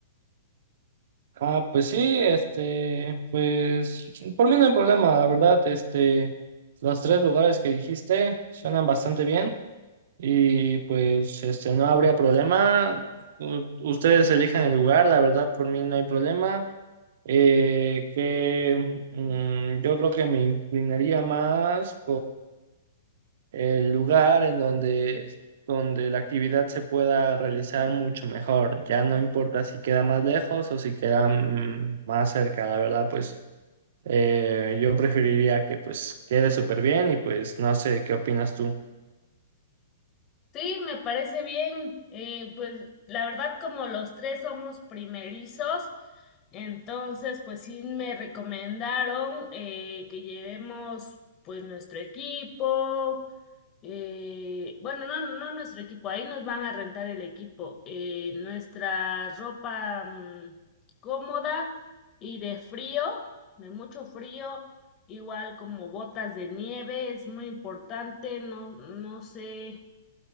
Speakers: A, on the right; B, on the left.
A: Ah, pues sí, este, pues por mí no hay problema, la verdad, este, los tres lugares que dijiste suenan bastante bien y pues este, no habría problema. U- ustedes elijan el lugar, la verdad, por mí no hay problema. Eh, que mm, yo creo que me inclinaría más el lugar en donde, donde la actividad se pueda realizar mucho mejor. Ya no importa si queda más lejos o si queda mm, más cerca, la verdad, pues eh, yo preferiría que pues quede súper bien y pues no sé, ¿qué opinas tú?
B: Sí, me parece bien. Eh, pues la verdad como los tres somos primerizos, entonces pues sí me recomendaron eh, que llevemos pues nuestro equipo, Eh, bueno, no, no nuestro equipo, ahí nos van a rentar el equipo, eh, nuestra ropa mm, cómoda y de frío, de mucho frío, igual como botas de nieve, es muy importante, no, no sé,